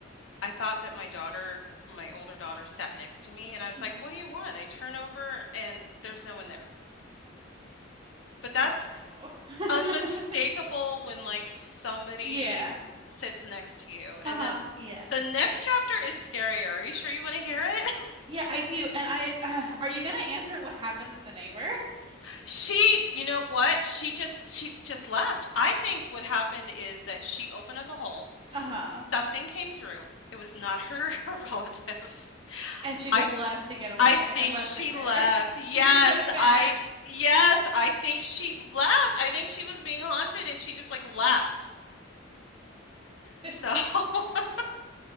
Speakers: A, on the left; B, on the right.
A: I thought that my daughter, my older daughter, sat next to me, and I was
B: Mhm.
A: like, "What do you want?" I turn over, and there's no one there. But that's
B: Oh. <laughs>
A: unmistakable when like somebody
B: Yeah.
A: sits next to you.
B: Uh-huh.
A: And then
B: Yeah.
A: the next chapter is scarier. Are you sure you want to hear it? <laughs>
B: Yeah, I do. And I, <sighs> uh, are you gonna answer what happened to the neighbor? <laughs>
A: She, you know what? She just she just left. I think what happened is that she opened up a hole.
B: Uh-huh.
A: Something came through. It was not her, <laughs> her relative.
B: And she
A: I
B: just left to get away
A: I think
B: and left
A: she
B: it
A: left.
B: there. <laughs>
A: Yes,
B: Didn't put it back.
A: I yes, I think she left. I think she was being haunted and she just like left.
B: <laughs>
A: So <laughs>